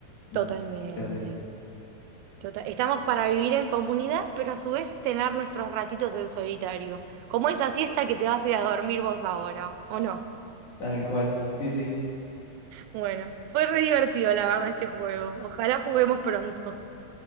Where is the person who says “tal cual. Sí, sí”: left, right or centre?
Left